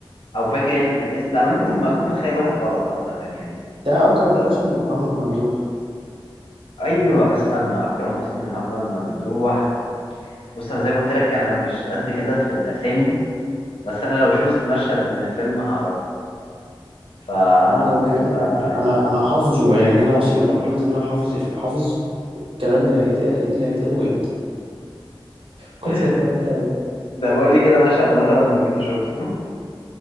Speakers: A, on the left (about 85°); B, on the right (about 85°).
A: او فاكر يعني الاسم ده انا ممكن ما اكون متخيل واحد غلط عامه يعني
B: بتاع اكرم
A: بس
B: حسني ومحمد ممدوح
A: ايوه استنى اكرم حسني ومحمد ممدوح بص انا زي ما قلت لك انا مش قد كده في الاسامي بس انا لو شفت مشهد من الفيلم هعرف فانا
B: اه هو
A: ممكن
B: فيلم
A: ابقى
B: انا انا حافظه يعني انا واصل لمرحله ان انا حافظ حافظ الكلام اللي هيتقال ايه اللي هيتقال وامتى كنت
A: <laughs>
B: اتفرجت عليه
A: ده بقول لي كده مشهد مثلا من اللي انت شفته